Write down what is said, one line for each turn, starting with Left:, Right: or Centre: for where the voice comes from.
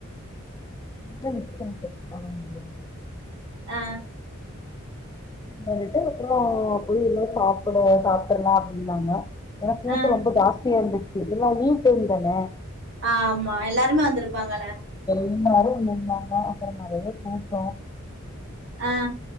Left: நீ தா மிஸ் பண்ணிட்ட போக முடியாம
Right: ஆ
Left: வெளயாண்டுட்டு அப்ற போய் எதோ சாப்படு சாப்ட்ரலா அப்டினாங்க ஏனா கூட்ட
Right: ஆ
Left: ரொம்ப ஜாஸ்தியா இருந்துச்சு எல்லா லீவ் டைம் தான
Right: ஆ ஆமா எல்லாருமே வந்திருப்பாங்கள
Left: எல்லாரு வந்துருந்தாங்க அப்பற நறைய கூட்ட
Right: ஆ